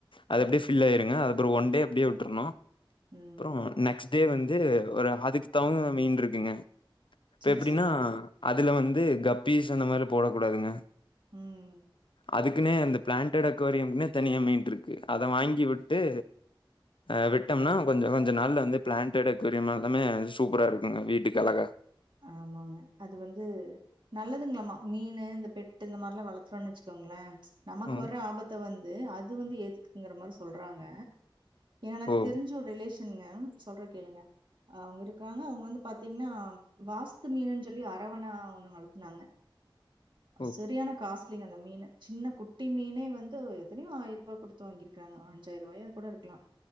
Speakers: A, on the left (about 70°); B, on the right (about 60°).
A: அது
B: ம்.
A: அப்டியே ஃபில் ஆயிருங்க அத ஒரு ஒன் டே அப்டியே விட்ரனு அப்றோ
B: ம்.
A: நெக்ஸ் இதே வந்து ஒரு அதுக்கு தவங்க மீன் இருக்குங்க இப்ப
B: சரி,
A: எப்டின்னா
B: சரிங்க.
A: அதுல வந்து கப்பீஸ் அந்த மாரிலா போடக் கூடாதுங்க
B: ம்
A: அதுக்குனே அந்த பிளான்டேட் அக்வேரியம்க்குனே தனியா மீன் இருக்கு அத வாங்கி விட்டு ஆ விட்டம்னா கொஞ்ச கொஞ்ச நாள்ல வந்து பிளான்டேட் அக்வோரியம் எல்லாமே சூப்பரா இருக்குங்க வீட்டுக்கு அழகா
B: ஆமாங்க அது வந்து நல்லதுங்களாமா மீனு இந்த பெட்டு இந்த மாரிலா வளத்துறோன்னு வச்சுக்கோங்களே நமக்கு
A: ம்.
B: வர்ற ஆபத்த வந்து அது வந்து ஏத்துக்குங்கிற மாரி சொல்றாங்க எனக்கு
A: ஓ!
B: தெரிஞ்ச ஒரு ரிலேஷன்ங்க சொல்றத கேளுங்க அவங்க இருக்காங்க அவங்க வந்து பாத்தீங்கன்னா வாஸ்து மீனுன்னு சொல்லி அரவணா ஒன்னு வளத்துனாங்க அது
A: ஓ!
B: சரியான காஸ் ட்லிங்க அந்த மீனு சின்ன குட்டி மீனே வந்து எத்தனையோ ஆயிர் ரூபா குடுத்து வாங்கிருக்காங்க அஞ்சாய்ரூபாயா கூட இருக்கலா